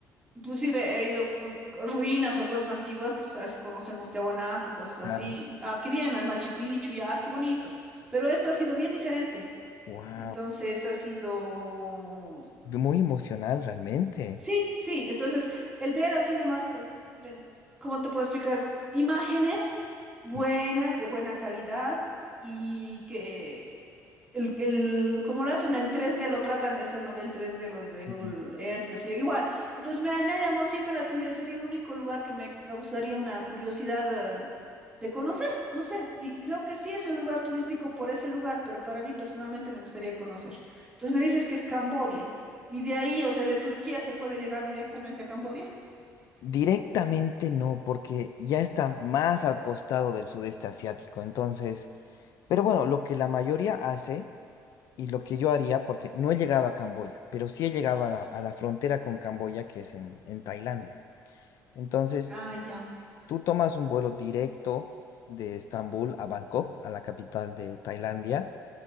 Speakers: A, on the right; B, on the left.
A: Inclusive he ido como a ruinas o cosas antiguas, tú sabes, conocemos Tiahuanaco, cosas
B: claro.
A: así. Ah, qué bien, hay Machu Picchu, ya, qué bonito. Pero esto ha sido bien diferente.
B: Wow.
A: Entonces ha sido
B: Muy emocional realmente.
A: Sí, sí, entonces el ver así nomás, pe- de- ¿cómo te puedo explicar? Imágenes buenas,
B: Mm,
A: de buena calidad y que el, el, como lo hacen el 3D, lo tratan de hacer, no ve el 3D, los de
B: sí,
A: Google Earth, qué sé yo, igual. Entonces me, ha- me ha llamado siempre la atención, sería el único lugar que me causaría una curiosidad, eh, de conocer, no sé, y creo que sí es el lugar turístico por ese lugar, pero para mí personalmente me gustaría conocer. Entonces me dices que es Cambodia. Y de ahí, o sea, de Turquía se puede llegar directamente a Camboya.
B: Directamente no, porque ya está más al costado del sudeste asiático. Entonces, pero bueno, lo que la mayoría hace y lo que yo haría, porque no he llegado a Camboya, pero sí he llegado a la, a la frontera con Camboya, que es en, en Tailandia. Entonces,
A: Ah, ya.
B: tú tomas un vuelo directo de Estambul a Bangkok, a la capital de Tailandia,